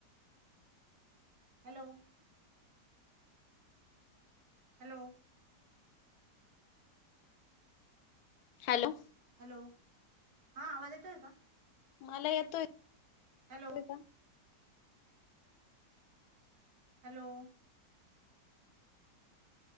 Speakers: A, on the right (about 65°); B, on the left (about 70°).
A: Hello. Hello.
B: Hello.
A: Hello हा आवाज येतोय का?
B: मला येतोय.
A: हॅलो.
B: होय का
A: हॅलो.